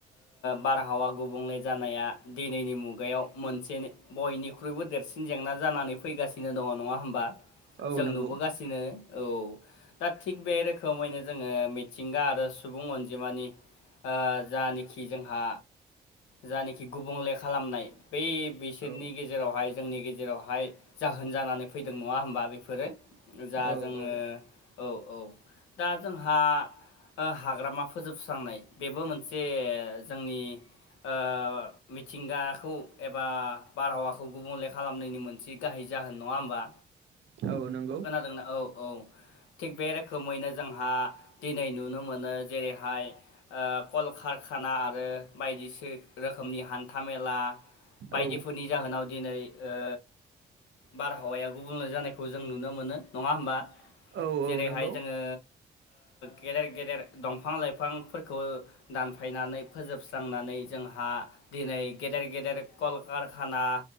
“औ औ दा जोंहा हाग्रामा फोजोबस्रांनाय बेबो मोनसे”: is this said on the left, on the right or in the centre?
Left